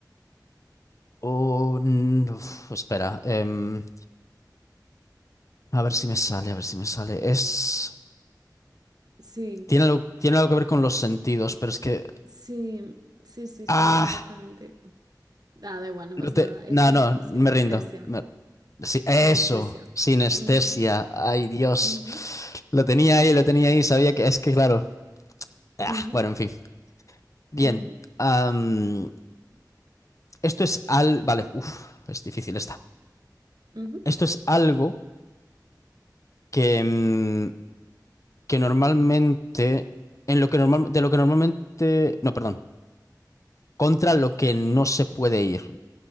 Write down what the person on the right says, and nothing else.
Sí.
Sí, sí, sí, sí,
exactamente. Ah, da igual, no
pasa
nada. Es
sin,
sinestesia,
sinestesia.
Ujú,
ujú,
ujú,
ujú,
ujú,